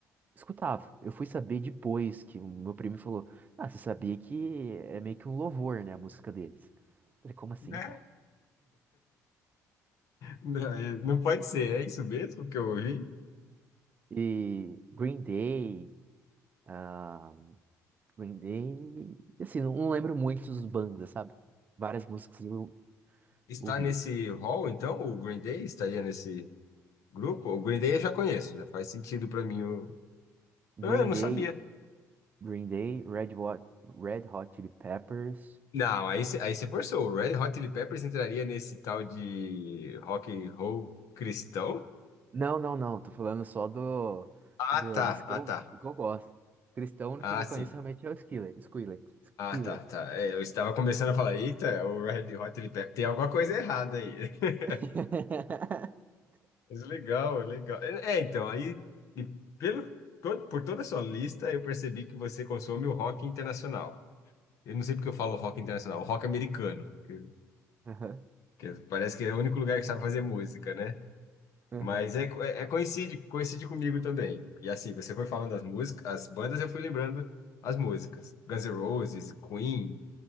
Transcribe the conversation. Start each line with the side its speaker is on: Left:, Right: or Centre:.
Right: Escutava. Eu fui saber depois que o meu primo falou: Ah, você sabia que é meio que um louvor, né, a música deles? Eu falei, como assim,
Left: Né?
Right: cara?
Left: Não, é, não pode ser, é isso mesmo que eu ouvi?
Right: E Green Day, ah, Green Day, assim, não, não lembro muito dos bandas, sabe? Várias músicas eu
Left: Está
Right: ouvia.
Left: nesse hall, então? O Green Day estaria nesse grupo? O Green Day eu já conheço, já faz sentido para mim. o- Ah,
Right: Green
Left: eu não
Right: Day,
Left: sabia.
Right: Green Day, Red Hot, Red Hot Chili Peppers.
Left: Não, aí, cê- aí você forçou. O Red Hot Chili Peppers entraria nesse tal de rock and roll cristão?
Right: Não, não, não, tô falando só do,
Left: Ah,
Right: do-
Left: tá.
Right: dos que
Left: Ah,
Right: eu,
Left: tá.
Right: que eu gosto. Cristão, o único
Left: Ah,
Right: que eu
Left: sim.
Right: conheço realmente é o Skillet, Skillet, Skillet.
Left: Ah, tá, tá. É, eu estava começando a falar, eita, o Red Hot Chili Peppers, tem alguma coisa errada aí. <laughs>
Right: <laughs>
Left: Mas legal, legal. É, é, então, aí, e pelo, todo, por toda a sua lista, eu percebi que você consome o rock internacional. Eu não sei porque eu falo rock internacional, o rock americano, que,
Right: Aham,
Left: que é, parece que é o único lugar que sabe fazer música, né?
Right: aham.
Left: Mas é, co- é coincide, coincide comigo também. E assim, você foi falando das músicas, as bandas, eu fui lembrando as músicas. Guns N' Roses, Queen,